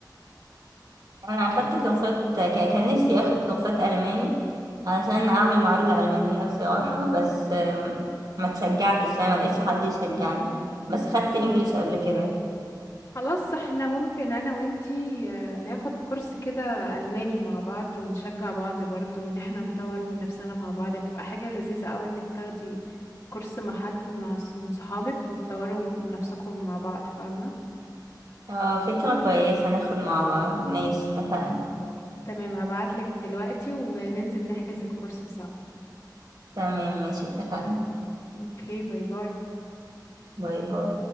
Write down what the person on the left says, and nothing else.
خلاص احنا ممكن انا وانتي آه، ناخد كورس كده الماني مع بعض ونشجع بعض برضو وان احنا نطور من نفسنا مع بعض تبقى حاجة لذيذة اوي انك تاخدي كورس مع حد مع ص- من صحابك وتطوروا من نفسكم مع بعض فاهمة
تمام هبعتلك دلوقتي وننزل نحجز الكورس سوا
اوكي باي باي